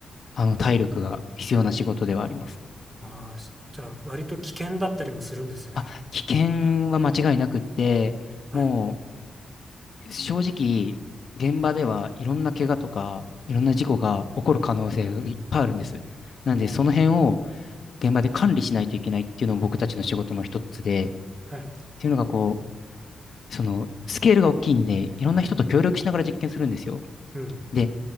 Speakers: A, on the left; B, on the right.
A: あの、体力が必要な仕事ではあります。
B: ああ、しじゃあ割と危険だったりもするんですね。
A: あ、危険は間違いなくって、
B: はい。
A: もう、正直、現場ではいろんな怪我とか、いろんな事故が起こる可能性がいっぱいあるんです。なんで、
B: おー
A: その辺を現場で管理しないといけないっていうのも僕たちの仕事の一つで、っ
B: はい。
A: ていうのがこう、その、スケールが大きいんで、いろんな人と協力しながら実験するんですよ。
B: うん。
A: で、